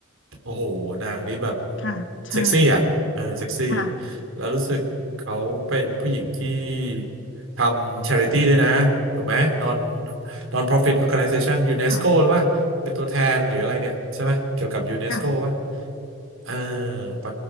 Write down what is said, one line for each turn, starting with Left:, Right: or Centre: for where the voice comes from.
Right: โอ้โหนางนี้แบบ
Left: ค่ะใช่
Right: เซ็กซี่อ่ะเออเซ็กซี่
Left: ค่ะ
Right: แล้วรู้สึกเขาเป็นผู้หญิงที่ทำช h ริตี้ด้วยนะถูกไหม non non profit organization UNESCO
Left: ค่ะ
Right: หรือว่าเป็นตัวแทนหรืออะไรเนี่ยใช่ไหมเกี่ยวกับ UNESCO
Left: ค่ะ
Right: ป่ะเออไป